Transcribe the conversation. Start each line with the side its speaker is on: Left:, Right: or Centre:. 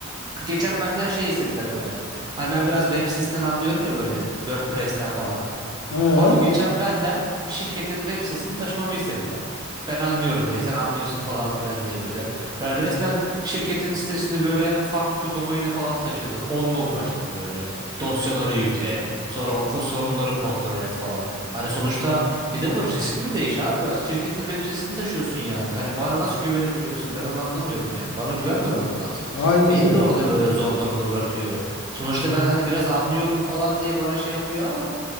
Right: Geçen benden şey istediler böyle. Hani ben biraz web sitesinden anlıyorum ya böyle WordPress'ten falan.
Left: Ee,
Right: Abi geçen benden şirketin web sitesini taşımamı istediler. Ben anlıyorum diye sen anlıyorsun falan filan diye böyle. Yani resmen şirketin sitesini böyle farklı bir domaine falan taşıdım. Onunla uğraştım böyle. Dosyaları yükle. Sonra o ko- sorunları kontrol et falan. Hani sonuçta bir de bu riskli bir de iş abi. Şirketin web sitesini taşıyorsun yani. Hani bana nasıl güvenebiliyorsun? Ben onu anlamıyorum yani. Bana güvenmemen lazım.
Left: aynen
Right: Beni
Left: öyle.
Right: de orada böyle zor durumda bırakıyor. Sonuçta ben hani biraz anlıyorum falan diye bana şey yapıyor ama